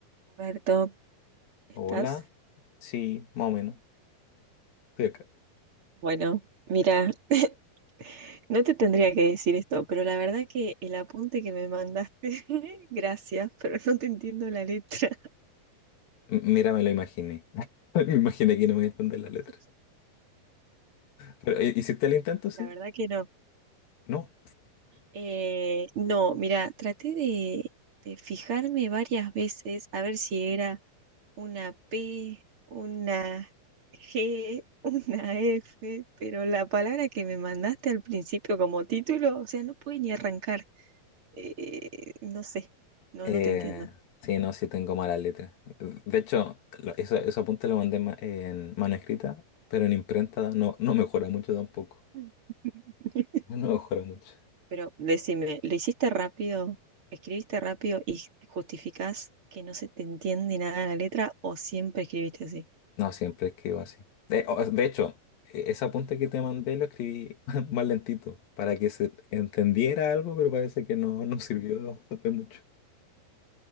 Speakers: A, on the right; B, on the left.
A: Roberto, ¿estás?
B: Hola. Sí, más o menos. Estoy acá.
A: Bueno, mira, <laughs> no te tendría que decir esto, pero la verdad que el apunte que me mandaste, <laughs> gracias, pero no te entiendo la letra.
B: M- mira, me lo imaginé. <laughs> Me imaginé que no me entender
A: <laughs>
B: la letra. Pero, ¿hi- ¿hiciste el intento, sí?
A: La verdad que no.
B: No.
A: Eh, no, mira, traté de, de fijarme varias veces a ver si era una P, una G, <laughs> una F, pero la palabra que me mandaste al principio como título, o sea, no pude ni arrancar. eh, no sé, no,
B: Eh,
A: no te entiendo.
B: sí, no, sí tengo malas letras. De hecho, lo- eso, eso apunte lo mandé ma- en mano escrita, pero en imprenta no, no mejora mucho tampoco.
A: Mm. <laughs>
B: <laughs> No mejora mucho.
A: Pero decime, ¿lo hiciste rápido? ¿Escribiste rápido y justificás que no se te entiende nada de la letra o siempre escribiste así?
B: No, siempre escribo así. De, o- de hecho, e- ese apunte que te mandé lo escribí <laughs> más lentito, para que se entendiera algo, pero parece que no, no sirvió <laughs> de mucho.